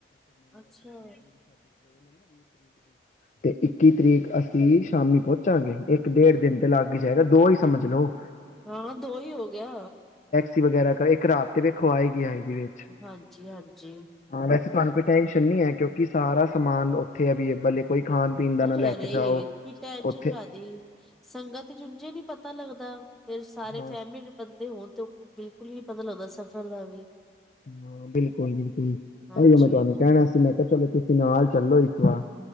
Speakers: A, in the centre; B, on the left (about 40°).
A: ਅੱਛਾ-ਅੱਛਾ
B: ਤੇ ਇੱਕੀ ਤਰੀਕ ਅਸੀਂ, ਸ਼ਾਮੀ ਪਹੁੰਚਾਂਗੇ। ਇੱਕ -ਡੇਢ ਦਿਨ ਤੇ ਲਗ ਹੀ ਜਾਏਗਾ ਦੋ ਹੀ ਸਮਝ ਲੋੋ।
A: ਹਾਂ ਦੋ ਹੀ ਹੋ ਗਿਆ।
B: ਸੀ ਵਗੈਰਾ ਕਰ ਇੱਕ ਰਾਤ ਤੇ ਵੇਖੋ ਆਏਗੀ ਹੀ ਆਏਗੀ। ਵਿੱਚ
A: ਹਾਂਜੀ-ਹਾਂ। ਜੀ।
B: ਹਾਂ ਵੈਸੇ ਤੁਹਾਨੂੰ ਕੋਈ ਟੈਨਸ਼ਨ ਨਹੀਂ ਹੈ ਕਿਉਂਕਿ ਸਾਰਾ ਸਮਾਨ ਉੱਥੇ ਅਵੈਲਏਬਲ ਹੈ। ਕੋਈ ਖਾਣ ਪੀਣ ਦਾ ਨਾ
A: ਅਰੇ-ਅਰੇ
B: ਲੈ ਕੇ ਜਾਓ
A: ਕੀ ਟੈਨਸ਼ਨ
B: ਉੱਥੇ
A: ਕਾਦੀ ਸੰਗਤ ਚ ਓਂਝੇ ਨੀ ਪਤਾ ਲੱਗਦਾ। ਫਿਰ ਸਾਰੇ
B: ਹਾਂ
A: ਫੈਮਿਲੀ ਦੇ ਬੰਦੇ ਹੋਣ ਤੇ ਬਿਲਕੁਲ ਹੀ ਪਤਾ ਲੱਗਦਾ ਸਫ਼ਰ ਦਾ ਵੀ।
B: ਹਾਂ ਬਿਲਕੁਲ-ਬਿਲਕੁਲ
A: ਹਾਂਜੀ।
B: ਅ ਮੈਂ ਤੁਹਾਨੂੰ ਕਹਿਣਾ ਸੀ ਮੈਂ। ਚਲੋ ਤੁਸੀਂ ਨਾਲ ਚੱਲੋ ਇੱਕ ਵਾਰ।